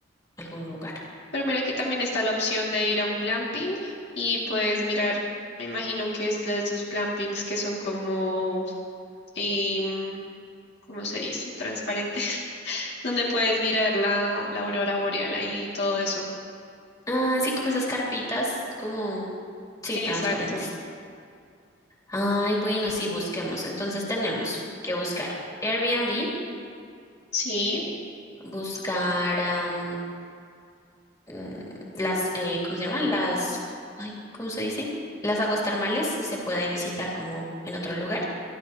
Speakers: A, on the left; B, on the left.
A: algún lugar.
B: Pero mira, aquí también está la opción de ir a un glamping y puedes mirar, me imagino que es de esos glampings que son como, em, ¿cómo se dice? Transparentes, <laughs> donde puedes mirar la, la aurora boreal ahí y todo eso.
A: Ah, sí, como esas carpitas, como sí,
B: Exacto.
A: transparentes. Ay, bueno, sí, busquemos. Entonces tenemos que buscar Airbnb,
B: Sí,
A: buscar am, mm, las, eh, ¿cómo se llama? Las, ay, ¿cómo se dice? Las aguas termales, si se puede visitar como en otro lugar.